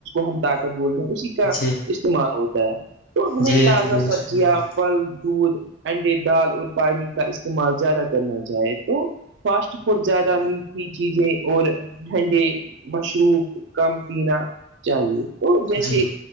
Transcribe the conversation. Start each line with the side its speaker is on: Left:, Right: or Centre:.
Right: ہم طاقت بولتے ہیں اسی کا
Left: جی
Right: استعمال ہوتا ہے تو ہمیں
Left: جی
Right: تازہ
Left: درست
Right: سبزیاں
Left: فرمایا
Right: پھل دودھ انڈے دال اور پانی کا استعمال زیادہ کرنا چاہائے تو فاسٹ اورہت زیادہ میٹھی چیزیں اور ٹھنڈے مشروب کم پینا چاہیے تو جیسے
Left: جی